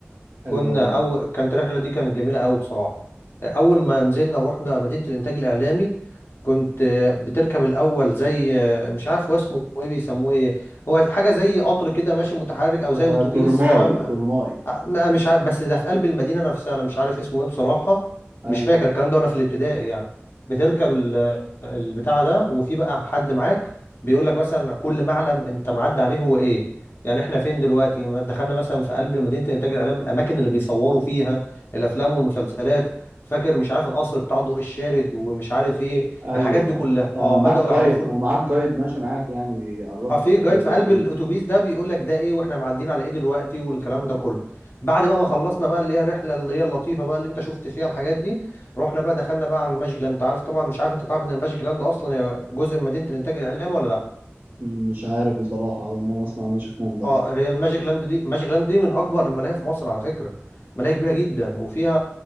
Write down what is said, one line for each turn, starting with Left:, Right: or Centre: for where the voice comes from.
Right: حلوه
Left: كنا
Right: قوي دي
Left: أول كانت الرحلة دي كانت جميلة أوي بصراحة أول ما نزلنا ورحنا مدينة الإنتاج الإعلامي كنت آه، بتركب الأول زي آه، مش عارف هو اسمه إيه بيسموه إيه هو حاجة زي قطر كده ماشي متحرك أو زي
Right: آه
Left: أتوبيس
Right: تورماي
Left: تمام
Right: تورماي
Left: آه، ما مش عارف بس ده في قلب المدينة نفسها أنا مش عارف اسمه إيه بصراحة
Right: ايوه
Left: مش فاكر الكلام ده وأنا في الابتدائي يعني بتركب ال- البتاع ده وفي بقى حد معاك بيقول لك مثلا كل معلم أنت معدي عليه هو إيه يعني إحنا فين دلوقتي ما دخلنا مثلا في قلب مدينة إنتاج الإعلام الأماكن اللي بيصوروا فيها الأفلام والمسلسلات فاكر مش عارف القصر بتاع ضوء الشارد ومش عارف إيه
Right: ايوه
Left: الحاجات دي كلها
Right: انت
Left: أه بدأوا
Right: معاك
Left: يعرفونا
Right: جايد ومعاك جايد ماشي معاك يعني بيعرفك
Left: اه في
Right: ده
Left: جايد
Right: ايه وده
Left: في قلب
Right: ايه
Left: الاتوبيس ده بيقول لك ده ايه واحنا معديين على ايه دلوقتي والكلام
Right: م-
Left: ده كله بعد بقى ما خلصنا بقى اللي هي الرحله اللي هي اللطيفه بقى اللي انت شفت فيها الحاجات دي رحنا بقى دخلنا بقى على الماجيك لاند انت عارف طبعا مش عارف انت تعرف ان الماجيك لاند اصلا هي جزء من مدينه الانتاج الاعلامي ولا لا
Right: مش عارف بصراحة أول مرة أسمع ماجيك لاند أصلا
Left: اه هي الماجيك لاند دي الماجيك لاند دي من اكبر الملاهي في مصر على فكره ملاهي كبيره جدا وفيها